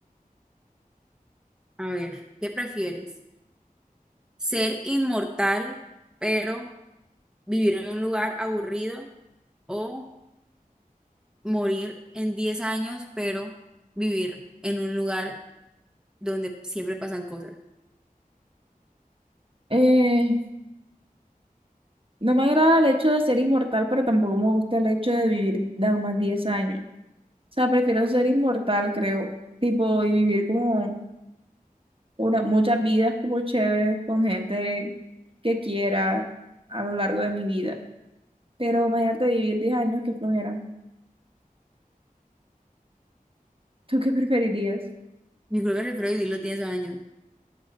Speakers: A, in the centre; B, on the right.
A: A ver, ¿qué prefieres? ¿Ser inmortal, pero vivir en un lugar aburrido? o morir en 10 años, pero vivir en un lugar donde siempre pasan cosas.
B: Eh, no me agrada el hecho de ser inmortal, pero tampoco me gusta el hecho de vivir nada más 10 años. O sea, prefiero ser inmortal, creo. Tipo, y vivir como una- muchas vidas como chéveres con gente que quiera a lo largo de mi vida. Pero imagínate vivir 10 años, que flojera. ¿Tú qué <laughs> preferirías?
A: Yo creo que prefiero vivir los 10 años,